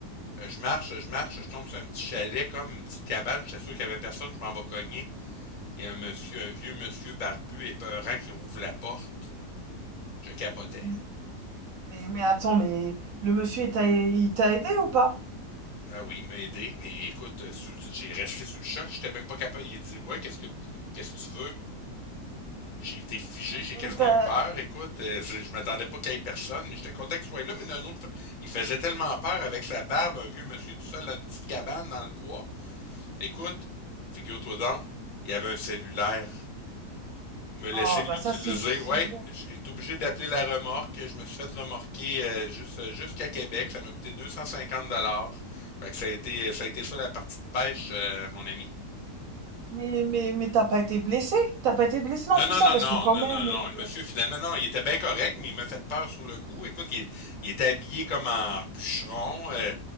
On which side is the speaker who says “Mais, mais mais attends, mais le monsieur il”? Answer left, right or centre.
Right